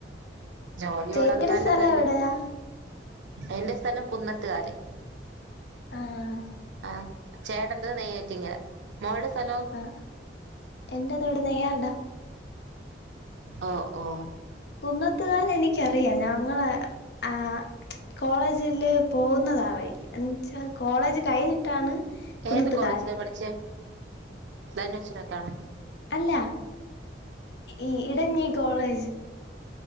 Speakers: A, on the right; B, on the left.
A: ജോലിയ
B: ചേച്ചിയുടെ
A: ഉള്ളത് നല്ലതന്നെ
B: സ്ഥലം എവിടെയാ
A: എന്റെ സ്ഥലം കുന്നത് കാര്
B: ആഹ
A: ആഹ ചേടന്റെ ത് നെയ്യാറ്റികര മോളുടെ സ്ഥലോ
B: ആ എന്റെതോടെ നെയ്യാർ ടാ
A: ഓ ഓ
B: കുന്നത്തുകാല എനിക്കറിയാം ഞങ്ങള ആ കോളേജ് ല് പോകുന്നതാ വഴിക്ക് എന്നച്ചാൽ കോളേജ് കഴിഞ്ഞിട്ടാണ് കുന്നത്ത്കാ
A: ഏത് കോളേജിലാ
B: ല്
A: പഠിച്ചേ അ വച്ചനത്താണ്
B: അല്ല ഈ ഇടഞ്ഞി കോളേജ്